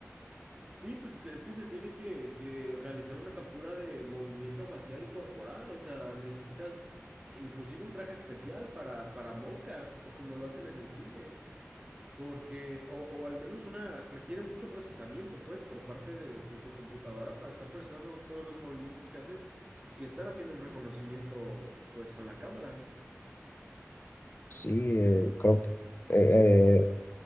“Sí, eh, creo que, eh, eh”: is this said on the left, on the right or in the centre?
Left